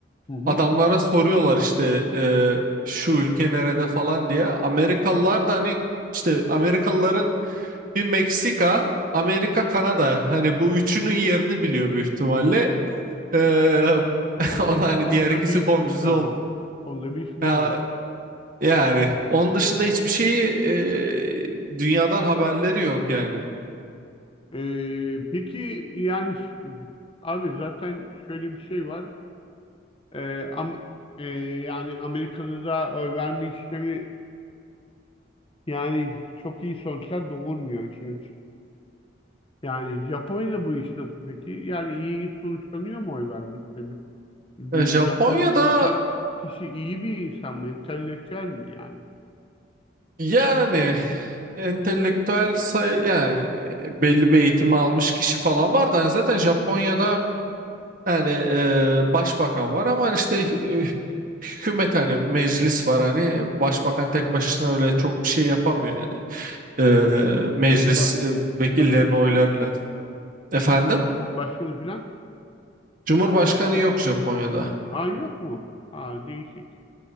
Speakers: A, on the left; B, on the right.
A: Hı hı.
B: Adamlara soruyorlar işte e, şu ülke nerede falan diye. Amerikalılar da hani işte Amerikalıların bir Meksika, Amerika, Kanada hani bu üçünün yerini biliyor büyük ihtimalle. E,
A: Onu
B: <laughs> o
A: da
B: da
A: bir,
B: hani
A: onu
B: diğer
A: da
B: ikisi
A: bilsinler
B: komşusu
A: artık.
B: oldu.
A: Onu da bilsinler
B: Ya,
A: artık.
B: yani onun dışında hiçbir şeyi e, dünyadan haberleri yok yani.
A: Ee, peki yani s- abi zaten şöyle bir şey var. Ee, am, e, yani Amerika'da da oy verme işlemi yani çok iyi sonuçlar doğurmuyor için Yani Japonya'da bu iş nasıl peki? Yani iyi sonuçlanıyor mu oy verme işlemi? Bu
B: E, Japonya'da
A: Japonya yöneten kişi iyi bir insan mı? Entelektüel mi yani?
B: yani entelektüel sayı yani e, belli bir eğitim almış kişi falan var da hani zaten Japonya'da Yani e, başbakan var ama işte hü- hükümet hani meclis var hani başbakan tek başına öyle çok bir şey yapamıyor yani. E, meclis
A: Cumba,
B: e,
A: Cumhurbaşkanı
B: vekillerin oylarıyla.
A: falan?
B: Efendim?
A: Cumhurbaşkanı falan?
B: Cumhurbaşkanı yok Japonya'da.
A: Aa yok mu? Aa değişik.